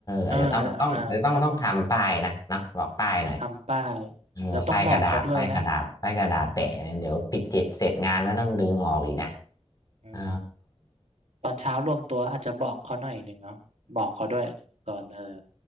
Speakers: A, on the left; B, on the right.
A: อาจจะต้องต้องอาจจะต้องต้องทำป้ายนะเนาะบอกป้ายหน่อย
B: เอออ่าอ่าใช่ทำป้ายแล้วต้องบอกเขาด้วยนะ
A: เออป้ายกระดาษป้ายกระดาษป้ายกระดาษแปะเนี่ยเดี๋ยวปิดจิตเสร็จงานก็ต้องดึงออกอีกนะ
B: อืม
A: เออ
B: ตอนเช้ารวมตัวอาจจะบอกเขาหน่อยหนึ่งเนาะบอกเขาด้วยก่อนเออ